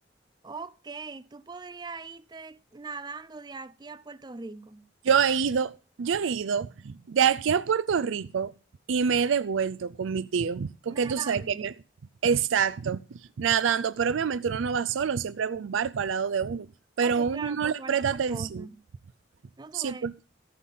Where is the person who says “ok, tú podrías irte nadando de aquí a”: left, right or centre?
Right